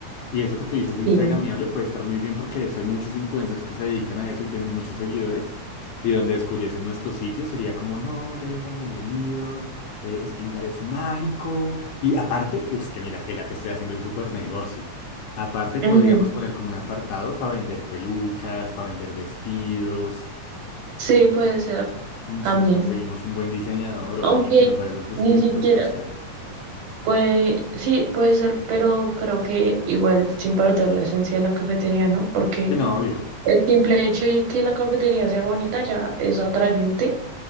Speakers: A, on the left (about 75°); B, on the right (about 85°).
A: Y eso que tú dices de Instagramiable
B: Sí.
A: puede estar muy bien porque de hecho hay muchos influencers que se dedican a eso y tienen muchos seguidores. Y donde descubriesen nuestro sitio sería como, no, vengan, bienvenidos, eh, este lugar es mágico. Y aparte, uff, que miras que ya te estoy haciendo el super negocio. Aparte podríamos
B: Ujú.
A: poner como un apartado para vender pelucas, para vender vestidos.
B: Sí, puede ser
A: Mm,
B: también.
A: Si nos conseguimos un buen diseñador o
B: Aunque
A: alguien que nos haga los vestidos,
B: ni siquiera
A: puede estar chévere.
B: puede, sí, puede ser, pero creo que igual sin perder la esencia de la cafetería, ¿no? Porque
A: Y no, obvio,
B: el simple hecho de que la cafetería sea bonita ya es atrayente